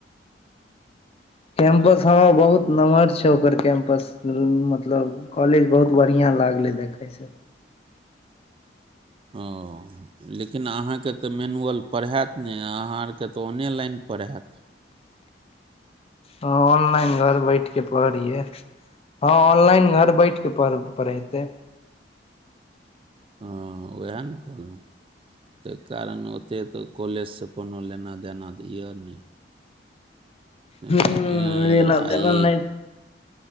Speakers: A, on the left; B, on the right.
A: कैंपस हं बहुत नमहर छ ओकर कैंपस मतलब कॉलेज बहुत बढ़ियाॅं लाग लगलै देखैसे
B: ओ लेकिन अहाँके तऽ मेनुअल पढ़ैत नहि अहाँ आरके तऽ ऑनेलइन पढ़ैत
A: हाँ ऑनलाइन घर बैठे पढ़ैय हाँ ऑनलाइन घर बैठ के पढ़ पढ़ेते
B: हाँ उएह ताहि कारण ओतेक तऽ कॉलेजसे कोनो लेना देना तऽ यए नहि ए,
A: ह्म
B: ए,
A: लेना
B: आ
A: देना
B: ई
A: नहि